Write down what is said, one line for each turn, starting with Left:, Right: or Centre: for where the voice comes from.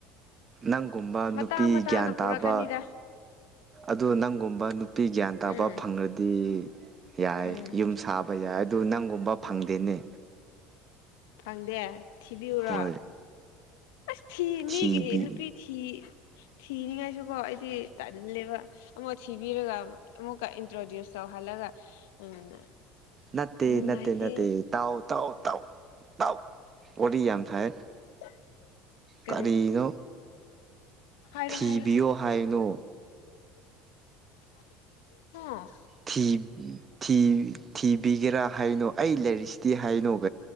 Right: ꯅꯪꯒꯨꯝꯕ
Left: ꯃꯇꯥꯡ
Right: ꯅꯨꯄꯤ
Left: ꯃꯇꯥꯡꯅ
Right: ꯒ꯭ꯌꯥꯟ ꯇꯥꯕ
Left: ꯄꯨꯔꯛꯀꯅꯤꯗ
Right: ꯑꯗꯨ ꯅꯪꯒꯨꯝꯕ ꯅꯨꯄꯤ ꯒ꯭ꯌꯥꯟ ꯇꯥꯕ
Left: ꯎꯝ
Right: ꯐꯪꯔꯗꯤ ꯌꯥꯏ
Left: ꯎꯝ
Right: ꯌꯨꯝ ꯁꯥ ꯕ ꯌꯥꯏ ꯑꯗꯨ ꯅꯪꯒꯨꯝꯕꯥ ꯐꯪꯗꯦꯅꯦ
Left: ꯐꯪꯗꯦ ꯊꯤꯕꯤꯌꯨꯔꯣ
Right: ꯍꯣꯏ
Left: ꯑꯁ ꯊꯤ
Right: ꯊꯤꯕꯤ
Left: ꯃꯤꯒꯤ ꯅꯨꯄꯤ ꯊꯤ ꯊꯤꯅꯤꯡꯉꯥꯏꯁꯨꯀꯣ ꯑꯩꯗꯤ ꯇꯜꯂꯦꯕ ꯑꯃꯨꯛ ꯊꯤꯕꯤꯔꯒ ꯑꯃꯨꯛꯀ ꯏꯟꯇ꯭ꯔꯗ꯭ꯌꯨꯁ ꯇꯧꯍꯜꯂꯒ ꯎꯝ
Right: ꯅꯠꯇꯦ
Left: ꯅꯨꯡꯉꯥꯏꯇꯦ
Right: ꯅꯠꯇꯦ ꯅꯠꯇꯦ ꯇꯥꯎ ꯇꯥꯎ ꯇꯥꯎ ꯇꯥꯎ ꯋꯥꯔꯤ ꯌꯥꯝ ꯁꯥꯏ
Left: <inaudible> ꯀꯔꯤ
Right: ꯀꯔꯤꯅꯣ
Left: ꯍꯥꯏꯔꯣ
Right: ꯊꯤꯕꯤꯌꯣ
Left: ꯍꯥꯏꯔꯣ
Right: ꯍꯥꯏꯅꯣ
Left: <unintelligible> ꯍꯥ
Right: ꯊꯤ ꯎꯝ ꯊꯤ ꯊꯤꯕꯤꯒꯦꯔꯥ ꯍꯥꯏꯅꯣ ꯑꯩ ꯂꯩꯔꯤꯁꯤꯗꯤ ꯍꯥꯏꯅꯣ <unintelligible>